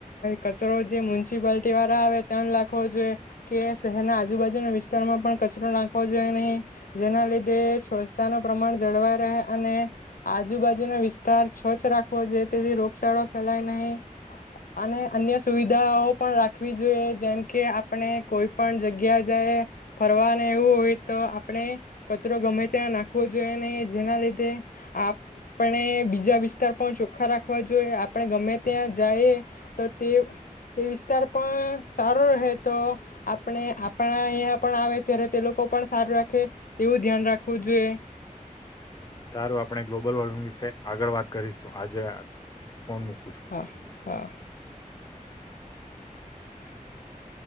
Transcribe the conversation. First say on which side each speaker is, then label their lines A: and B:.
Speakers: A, on the left; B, on the left.
A: કચરો જે મ્યુનિસિપાલટી વાળા આવે ત્યાં લખવો જોઈએ કે શહેરના આજુબાજુના વિસ્તારમાં પણ કચરો નાખવો જોઈએ નહી જેના લીધે સ્વચ્છતા ન પ્રમાણ જળવાય રહે અને આજુબાજુનો વિસ્તાર સ્વચ્છ રાખવો જોઈએ તેથી રોગચાળો ફેલાય નહીં અને અન્ય સુવિધાઓ પણ રાખવી જોઈએ જેમ કે આપણે કોઈ પણ જગ્યા જાય ફરવાને એવું હોય તો આપણે કચરો ગમે ત્યાં નાખવો જોઈએ ને જેના લીધે આપણે બીજા વિસ્તાર પણ ચોખ્ખા રાખવા જોઈએ આપણે ગમે ત્યાં જઈ તો તે તે વિસ્તાર પણ સારો રહે તો આપણે આપણા અહીંયા પણ આવે ત્યારે તે લોકો પણ સારું રાખે એવું ધ્યાન રાખવું જોઈએ
B: સારું આપણે ગ્લોબલ વોર્મિંગ વિશે આગળ વાત કરીશું આજે ફોન મૂકું છું
A: હા હા <inaudible>